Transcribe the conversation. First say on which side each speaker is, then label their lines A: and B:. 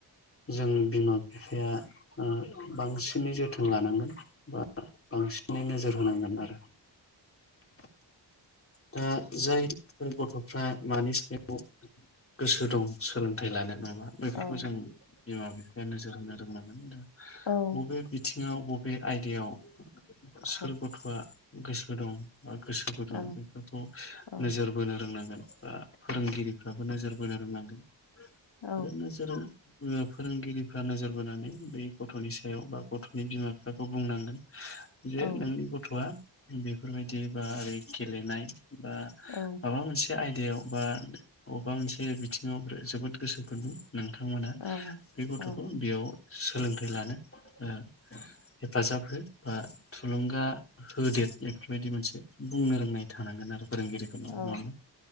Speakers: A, on the left (about 30°); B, on the left (about 75°).
A: जों बिमा फिफाया उम बांसिनै जोथोन लानांगोन। बा बांसिनै नोजोर होनांगोन आरो। दा जायफोर गथ'फ्रा मानि सायाव गोसो दं सोलोंथाइ लानो नामा बेफोरखौ
B: औ
A: जों बिमा बिफायानो जोरनो रोंनांगोन दा
B: औ
A: बबे
B: औ
A: बिथिं ङाव बबे आयदायाव
B: औ
A: सोर गथ'आ गोसो हो दं बा गोसो गुदुं
B: औ
A: बेफोरखौ
B: औ
A: नोजोर बोनो रोंनांगोन बा फोरोंगिरिफ्राबो नोजोर बोनो रोंलांदों
B: औ
A: आरो नोजोर बो फोरोंगिरि फ्रा नोजोर बोनानै बै गथ'नि सायाव बा गथ'नि बिमा बिफाखौ बुंनांगोन। जे
B: औ
A: नोंनि गथ'आ बेफोरबायदि बा ओरै गेलेनाय, बा
B: औ
A: माबा मोनसे आयदायाव बा बबेबा मोनसे बिथिंङाव जोबोद गोसो खुदुं नोंथांमोना
B: औ
A: बे गथ'
B: औ
A: बेयाव सोलोंथाइ लानो ओ हेफाजाब हो बा थुलुंगा होदेद बेफोरबायदि मोनसे बुंनो रोंनाय थानांगोन आरो फोरोंगिरिफोरनाव
B: औ
A: नंङा होनबा?